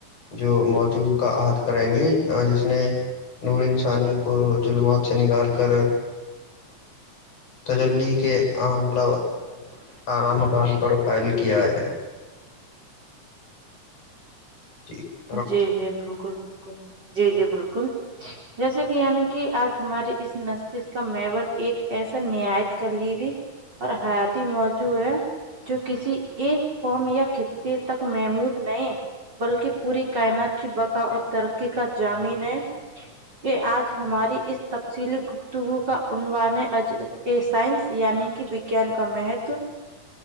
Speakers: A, on the left; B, on the right.
A: جو موجوع کا عحد کریں گے جس نے اور انسانی کو ظلمت سے نکال کر تجلی کے عاملہ اعلی مکان پر فائل کیا ہے <inaudible>
B: جی جی بالکل بالکل جی جی بالکل جیسے کہ یعنی کہ آج ہماریے اس نستش کا میب ایک ایسا نیاایت کر لیی اور حیاتی موجو ہے جو کسی ایک فارم یا خطے تک محمود نہیں بلکہ پوری کائنات کی بقا اور ترقی کا جامین ہے کہ آج ہماری اس تفصیلی گفتگو کا عنوان سائنس یعنی کہ وجان کا مہتو